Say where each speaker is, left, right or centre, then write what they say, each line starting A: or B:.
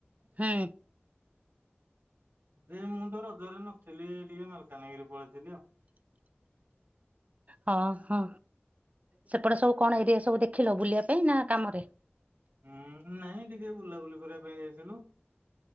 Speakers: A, on the right; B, on the right.
A: ହୁଁ।
B: ଯେ ମୁଁ ତ ରଜରେ ନଥିଲି ଟିକେ ମାଲକାନଗିରି ପଳେଇଥିଲି ଆଉ।
A: ହଁ ହଁ ସେପଟେ ସବୁ କଣ ଏରିଆ ସବୁ ଦେଖିଲ ବୁଲିବା ପାଇଁ ନା କାମରେ?
B: ହୁଁ ନାଇଁ ଟିକେ ବୁଲାବୁଲି କରିବା ପାଇଁ ଯାଇଥିଲୁ